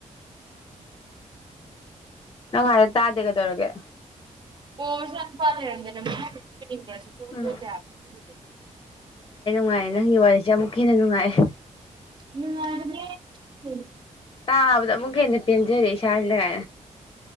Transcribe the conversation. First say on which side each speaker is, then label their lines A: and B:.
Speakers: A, on the left; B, on the right.
A: ꯑꯔ ꯇꯥꯗꯒꯗꯧꯔꯒꯦ
B: ꯑꯣ ꯁ ꯄꯔ <unintelligible> ꯅꯤꯡꯕ꯭ꯔꯁꯨ <unintelligible>
A: ꯎꯝ ꯅꯨꯡꯉꯥꯏꯔꯌꯦ ꯅꯪꯒꯤ ꯋꯥꯔꯤꯁꯦ ꯑꯃꯨꯛ ꯍꯦꯟꯅ ꯅꯨꯡꯉꯥꯏꯌꯦ
B: <unintelligible>
A: ꯇꯥꯕꯗ ꯑꯃꯨꯛꯀꯦꯟꯅ ꯄꯦꯟꯖꯔꯦ ꯏꯁꯥꯁꯤꯅ